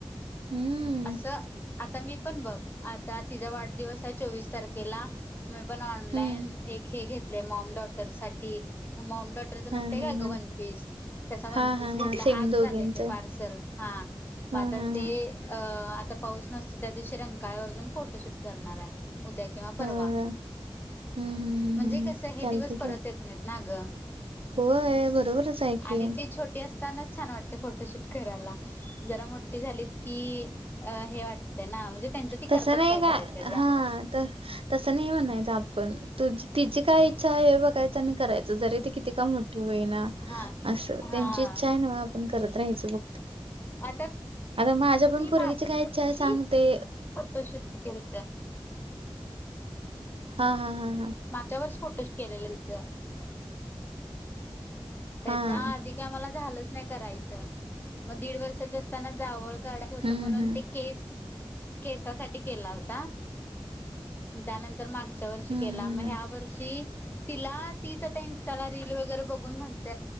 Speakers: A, on the right (about 75°); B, on the left (about 20°).
A: हम्म
B: असं आता मी पण बघ आता तिजा वाढदिवसय चोवीस तारखेला मी पण ऑनलाईन
A: हम्म
B: एक हे घेतलय मॉम डॉटर साठी मॉम डॉट <unintelligible> नसतय
A: हा
B: का
A: हा
B: ग
A: हा
B: वन पीस? त्याचा वनपीस
A: हा हा
B: घेतला
A: हा सेम
B: आजच
A: दोघींच
B: आलंय ते पार्सल हा मग
A: हा
B: आता
A: हा
B: ते
A: हा
B: अ आता पाऊस नसतो त्या दिवशी रंकाळ्यावर जाऊन फोटोशूट करणाराय उद्या किंवा परवा
A: होय होय हम्म हम्म हम्म
B: म्हणजे
A: हम्म हम्म
B: कसं हे
A: चालतंय
B: दिवस परत
A: की
B: येत नाहीत ना गं
A: होय बरोबरच आहे की
B: आणि ती छोटी असतानाच छान वाटतय फोटोशूट करायला जरा मोठी झाली की अ हे वाट ते ना म्हणजे त्यांच्या ती
A: तसं
B: करतात
A: नाही
B: काय करायच
A: का
B: त्या
A: हां तसं नाही म्हणायच आपण तु तिची काय इच्छा आहे बघायच कराय जरी ते किती काम मोठे होई ना
B: हा
A: अस
B: हा
A: त्यांची इच्छा आहे पण करत राहाचं बुक ते
B: आता
A: आता माझ्या पण
B: मी
A: फोरगीची
B: मागच्या
A: काय इचछा
B: वर्षी
A: आहे सांगते
B: फोटोशूट क इरत
A: हा हा हा हा
B: माझ्यावरच फोटोशू केलेलं तिचं त्याच्या
A: हां
B: आधी का आमला झालंच नाही करायचं मग दीड वर्षाच असताना जावळ करायचं होत
A: हं
B: म्हणून
A: हं
B: ते केस केसासाठी केला होता म त्यानंतर मागच्या वर्षी
A: हं
B: केला मग
A: हं हं
B: ह्या वर्षी तिला तीच आता इंस्टाला रील वगैरे बघून म्हणत